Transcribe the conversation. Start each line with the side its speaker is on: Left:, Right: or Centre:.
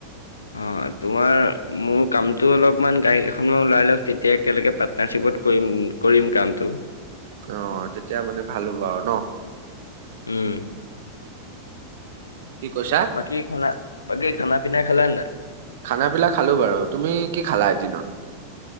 Left: অ' তোমাৰ মোৰ কামটো অলপমান গাড়ী কেইখনমান ওলাই লওক, তেতিয়া একেলগে পাৰ্টনাৰশ্বিপত কৰিম কৰিম কামটো।
Right: অ' তেতিয়া মানে ভাল হ'ব আৰু ন।
Left: উম।
Right: কি কৈছা
Left: বাকি খালা, বাকী খানা পিনা খালা নাই?
Right: খানা পিলা খালো বাৰু, তুমি কি খালা এদিনত?